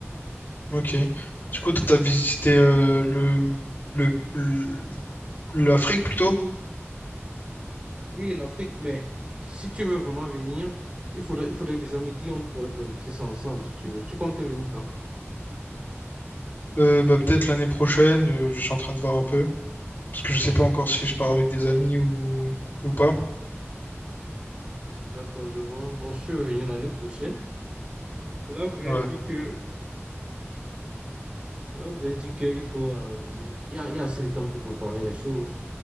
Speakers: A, on the left; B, on the right.
A: ok.
B: Mhm.
A: Du coup, toi, t'as visité euh, le, le, le- l'Afrique plutôt?
B: Oui, l'Afrique, mais si tu veux vraiment venir, il faudrait, il faudrait déjà me dire, on pourrait planifier ça ensemble, si tu veux. Tu comptes venir quand?
A: Euh, bah, peut-être l'année prochaine, euh, je suis en train de voir un peu. Parce que je sais pas encore si je pars avec des amis ou, ou pas.
B: D'accord, je vois. Donc, si tu veux venir l'année prochaine, c'est là où je
A: Ouais,
B: dit que, là où je dit qu'il faut, euh, il y a, il y a assez de temps pour préparer les choses.